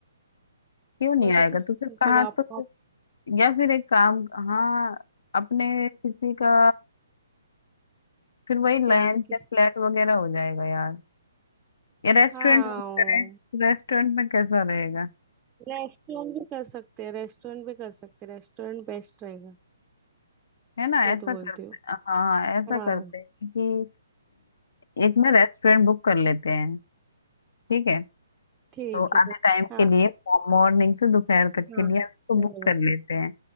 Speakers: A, on the left; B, on the right.
A: क्यों नहीं
B: मेरे को
A: आएगा
B: तो स-
A: तो फिर कहाँ
B: पर आप
A: तो फिर या फिर एक काम हाँ अपने किसी का फिर वही
B: क्या
A: लंच
B: कि
A: या फ्लैट वगैरह हो जाएगा यार या रेस्टोरेंट
B: हाँ
A: में करें रेस्टोरेंट में कैसा रहेगा
B: रेस्टोरेंट भी कर सकते हैं रेस्टोरेंट भी कर सकते हैं रेस्टोरेंट बेस्ट रहेगा
A: है ना
B: मैं
A: ऐसा
B: तो बोलती
A: करते
B: हूँ
A: हाँ हाँ ऐसा करते
B: हाँ हाँ,
A: हैं कि एक ना रेस्टोरेंट बुक कर लेते हैं ठीक है
B: ठीक
A: तो
B: है
A: आधे टाइम
B: हाँ
A: के
B: हाँ
A: लिए मॉर्निंग से दोपहर तक
B: हाँ
A: के लिए हम इसको
B: बराबर
A: बुक कर लेते हैं